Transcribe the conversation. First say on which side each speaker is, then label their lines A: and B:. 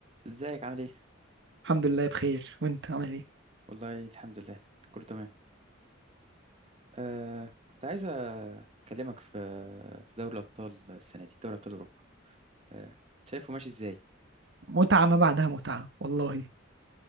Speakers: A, on the right; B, on the right.
A: ازيك عامل ايه؟
B: الحمد لله بخير وانت عامل ايه
A: والله الحمد لله كله تمام آه كنت عايز اكلمك في في دوري الابطال السنه دي دوري ابطال اوروبا آه شايفه ماشي ازاي؟
B: متعه ما بعدها متعه والله